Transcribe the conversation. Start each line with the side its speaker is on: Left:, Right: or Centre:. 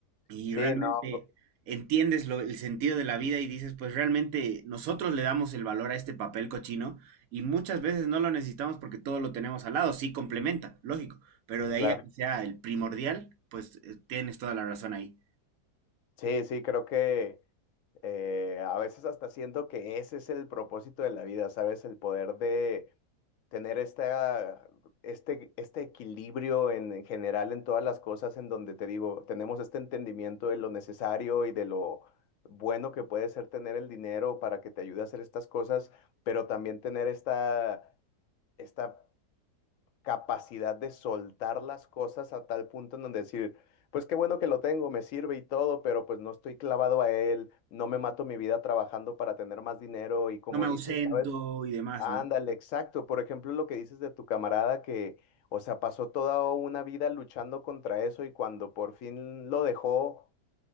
Right: Y
Left: Sí,
Right: realmente
Left: no, p-
Right: entiendes lo- el sentido de la vida y dices, pues realmente nosotros le damos el valor a este papel cochino y muchas veces no lo necesitamos porque todo lo tenemos al lado, sí complementa, lógico, pero de
Left: claro.
Right: ahí a que sea el primordial, pues eh, tienes toda la razón ahí.
Left: Sí, sí, creo que eh, a veces hasta siento que ese es el propósito de la vida, ¿sabes? El poder de tener esta, este, este equilibrio en, en general en todas las cosas en donde te digo, tenemos este entendimiento de lo necesario y de lo bueno que puede ser tener el dinero para que te ayude a hacer estas cosas, pero también tener esta, esta capacidad de soltar las cosas a tal punto en donde decir, pues qué bueno que lo tengo, me sirve y todo, pero pues no estoy clavado a él, no me mato mi vida trabajando para tener más dinero y como
Right: No me ausento
Left: dices, ¿sabes?
Right: y demás,
Left: Ándale,
Right: ¿no?
Left: exacto. Por ejemplo, lo que dices de tu camarada que, o sea, pasó toda una vida luchando contra eso y cuando por fin lo dejó